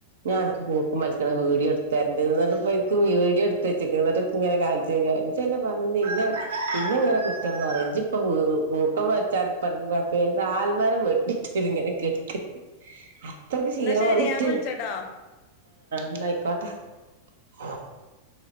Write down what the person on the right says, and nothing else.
ഞാൻ
കൂർക്കം വലിക്കുന്ന വീഡിയോ എടു തെരണ്ട്ന്ന് പറഞ്ഞ് ഇപ്പ ഇനിക്ക് വീഡിയോ എടുത്ത് വെച്ചേക്കണ് എന്നിട്ട് ഇങ്ങനെ കാണിച്ച് തരിയാ ഇച്ച് അല്ലേ പറഞ്ഞേ <unintelligible> എന്നെ ഇങ്ങനെ കുറ്റം പറയു ഇച്ച് ഇപ്പം കൂർക്കം വലിച്ച ഇപ്പ എന്താ ആൽമരം വെട്ടിട്ട് ഇങ്ങനെ കിടക്കാ അത്രക്ക് ക്ഷീണം
വന്നിട്ട്.
ന്നാ ആയിക്കോട്ടെ
<inaudible>